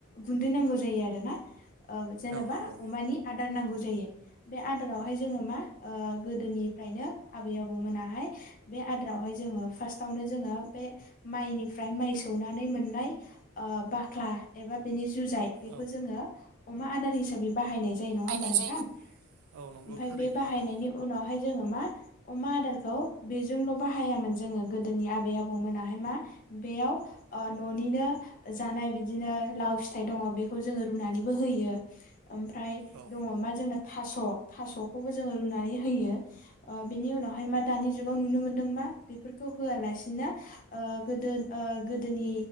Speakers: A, on the left; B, on the right.
A: गुन्दै नांगौ जायो आरो ना ओ जेनेबा
B: औ नंगौ
A: अमानि आ दार नांगौ जायो बे आदारावहाय जोङो मा ओ गोदोनिफ्रायनो आबै आबौ मोनाहाय बे आदारावहाय जोङो फार्स्टावनो जोङो बे माइनिफ्राय माइ सौनानै मोननाय ओ बाख्ला एबा बेनि जुजाय बेखौ
B: औ
A: जोङो अमा आदार हिसाबै बाहायनाय जायो
B: बाहायनाय
A: नङा होमबा नोंथां
B: जायो न औ नंगौ
A: ओमफाय
B: थारैनो
A: बे बाहायनायनि
B: नोंथां
A: उनाव हाय जोङो मा अमा आदारखौ बेजोंल' बाहायामोन जोङो गोदोनि आबै आबौ मोनाहाय मा बेयाव ओ न'निनो जानाय बिदिनो लाव फिथाइ दङ बेखौ जोङो रुनानैबो होयो। ओमफ्राय
B: औ
A: दङ मा जोंना थास' थास'खौबो‌ जोङो रुनानै होयो। ओ बेनि उनावहाय मा दानि जुगाव नुनो मोनदो मा बेफोरखौ होआलासिनो ओ गोदो ओ गोदोनि